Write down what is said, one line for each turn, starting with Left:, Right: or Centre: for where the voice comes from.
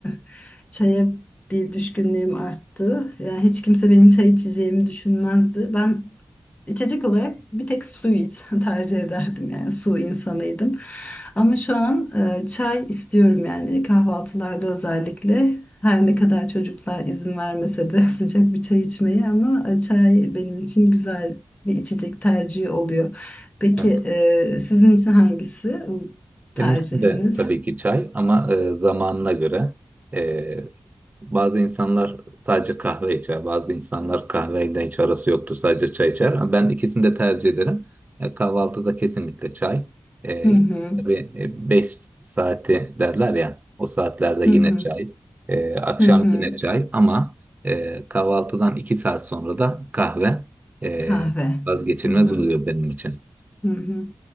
Left: <laughs> çaya bir düşkünlüğüm arttı. Yani hiç kimse benim çay içeceğimi düşünmezdi. Ben İçecek olarak bir tek suyu iç- <laughs> tercih ederdim yani su insanıydım. Ama şu an e, çay istiyorum yani kahvaltılarda özellikle. Her ne kadar çocuklar izin vermese de <laughs> sıcak bir çay içmeyi ama e, çay benim için güzel bir içecek tercihi oluyor. Peki
Right: Evet.
Left: e, sizin için hangisi o tercihiniz?
Right: Benim için de tabii ki çay ama e, zamanına göre e, Bazı insanlar sadece kahve içer, bazı insanlar kahveyle hiç arası yoktur, sadece çay içer. Ama Ben ikisini de tercih ederim. E, kahvaltıda kesinlikle çay. E,
Left: Hı hı,
Right: tabii 5 saati derler ya, o saatlerde
Left: hı
Right: yine
Left: hı,
Right: çay. E, akşam
Left: hı hı.
Right: yine çay ama e, kahvaltıdan 2 saat sonra da kahve e,
Left: Kahve.
Right: vazgeçilmez
Left: Hı hı,
Right: oluyor benim için.
Left: hı hı.